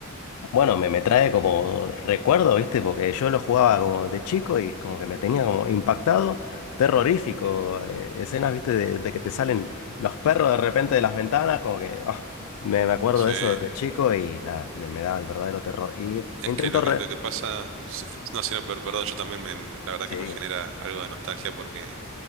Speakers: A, on the left; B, on the right.
A: Bueno, me, me trae como recuerdo, ¿viste? Porque yo lo jugaba como de chico y es como que me tenía como impactado, terrorífico.
B: Mm,
A: eh, escenas, ¿viste? De, de que te salen los perros de repente de las ventanas, como que ah, me, me acuerdo
B: Sí,
A: de
B: es
A: eso de chico y nada, me, me da el verdadero terror. Y intento
B: que lo
A: re...
B: que, lo que pasa, sí, no, sino, perdón, yo también me, la verdad
A: Sí,
B: que me genera algo de nostalgia porque